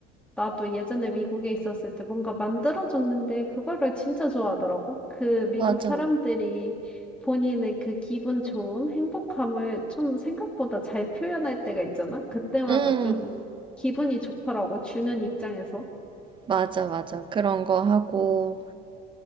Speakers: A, in the centre; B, on the right (about 25°).
A: 나도 예전에 미국에 있었을 때 뭔가 만들어줬는데, 그거를 진짜 좋아하더라고. 그 미국
B: 맞아.
A: 사람들이 본인의 그 기분 좋음, 행복함을 좀 생각보다 잘 표현할 때가 있잖아? 그때마다
B: 음,
A: 좀 기분이 좋더라고, 주는 입장에서.
B: 맞아, 맞아. 그런 거 하고.